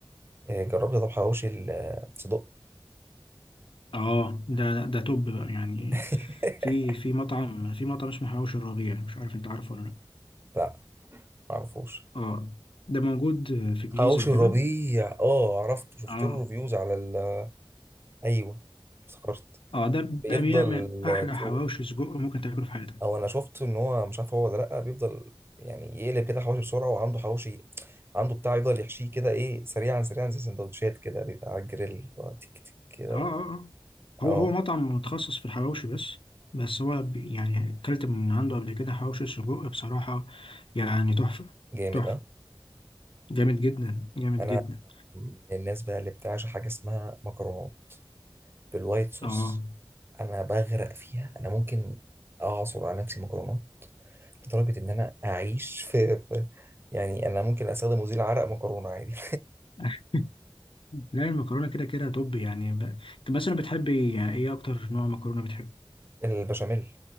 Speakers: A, on the right (about 25°); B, on the left (about 70°).
A: إيه، جربت طب حواوشي الصدق
B: اه ده ده, ده توب بقى يعني
A: <laughs>
B: في في مطعم في مطعم اسمه حواوشي الربيع مش عارف انت عارفه ولا لا
A: لا معرفوش
B: اه ده موجود في الجيزه
A: حواوشي
B: كده
A: الربيع اه عرفته شفت
B: اه
A: له ريفيوز على ال... ايوه افتكرت
B: اه ده
A: بيفضل
B: ده بيعمل احلى حواوشي
A: طول
B: سجق ممكن تاكله في حياتك
A: او انا شفت ان هو مش عارف هو ولا لا بيفضل يعني يقلب كده حواوشي بسرعه وعنده حواوشي عنده بتاع يفضل يحشيه كده ايه سريعا سريعا زي سندوتشات كده بيبقى على الجريل اللي هو تك تك كده
B: اه اه
A: و-
B: اه هو
A: اه
B: هو مطعم متخصص في الحواوشي بس بس هو بي- يعني اكلت من عنده قبل كده حواوشي سجق بصراحة يعني تحفة
A: جامد
B: تحفة
A: اه
B: جامد جدا جامد
A: انا
B: جدا
A: من الناس بقى اللي بتعشى حاجه اسمها مكرونات بالوايت صوص
B: اه
A: انا بغرق فيها انا ممكن اعصر على نفسي مكرونات لدرجه ان انا اعيش <laughs> في في- يعني انا ممكن استخدم مزيل عرق مكرونه عادي
B: <laughs> لا المكرونة كده كده توب يعني ب... انت مثلا بتحبي يعني ايه اكتر نوع مكرونة بتحب
A: <laughs> البشاميل